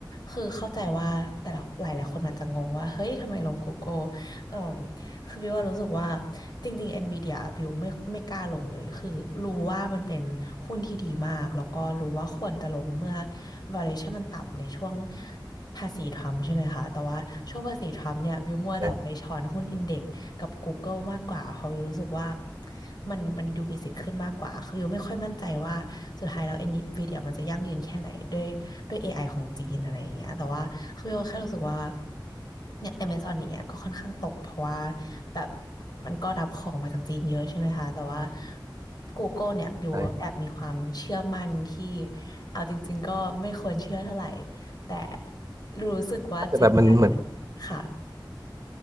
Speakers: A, on the left; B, on the right.
A: คือเข้าใจว่าแต่ละหลายหลายคนอาจจะงงว่าเฮ้ยทำไมลง Google เอ่มคือบิวว่ารู้สึกว่าจริงๆ Nvidia บิวไม่ไม่กล้าลงเลยคือรู้ว่ามันเป็นหุ้นที่ดีมากแล้วก็รู้ว่าควรจะลงเมื่อ valuation มันต่ำในช่วงภาษีทรัมป์ใช่ไหมคะแต่ว่าช่วงภาษีทรัมป์เนี่ยบิวมัวแต่ไปช้อนหุ้นอินเด็กซ์
B: ใช่
A: กับ Google มากกว่าเพราะวิวรู้สึกว่ามันมันดูมีสิทธิ์ขึ้นมากกว่าคือวิวไม่ค่อยมั่นใจว่าสุดท้ายแล้ว NVIDIA มันจะยั่งยืนแค่ไหนด้วยด้วย AI ของจีนอะไรอย่างเงี้ยแต่ว่าคือวิวแค่รู้สึกว่าอย่าง Amazon อย่างเงี้ยก็ค่อนข้างตกเพราะว่าแบบมันก็รับของมาจากจีนเยอะใช่ไหมคะแต่ว่า Google เนี่ยบิวแอบมีความเชื่อมั่นที่
B: ใช่
A: เอาจริงๆก็ไม่ควรเชื่อเท่าไหร่แต่รู้สึกว่า
B: แต่แบบมันเหมือน
A: Gemini มันค่ะ